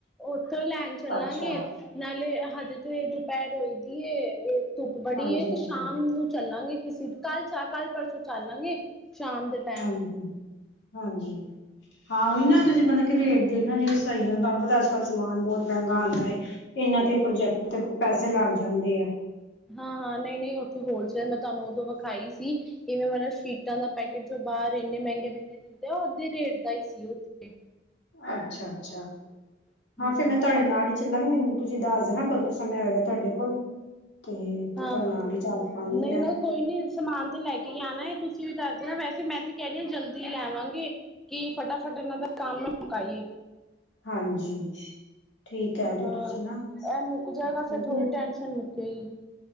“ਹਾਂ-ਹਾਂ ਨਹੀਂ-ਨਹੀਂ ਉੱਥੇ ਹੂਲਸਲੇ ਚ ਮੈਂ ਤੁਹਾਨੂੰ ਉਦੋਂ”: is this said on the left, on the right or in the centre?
Centre